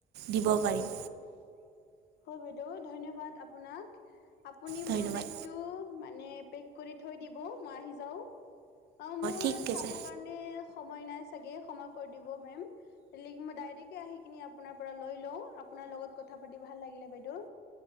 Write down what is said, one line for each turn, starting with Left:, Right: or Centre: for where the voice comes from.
Right: দিব
Left: হয়
Right: পাৰিম
Left: বাইদউ হয় বাইদ দউ' ধন্যবাদ আপোনাক। আপুনি
Right: ধন্যবাদ
Left: মোৰ বেগটো মানে পেক কৰি থৈ দিব, মই আহি যাওঁ। অঁ মোৰ
Right: ঠিক
Left: চাব
Right: আছে
Left: কাৰণে সময় নাইছ চাগে ক্ষমা কৰি দিব মেম। লিগ ডাইৰেকে আহি কিনি আপোনাৰ পৰা লৈ লওঁ, আপোনাৰ লগত কথা পাতি ভাল লাগিলে বাইদেউ।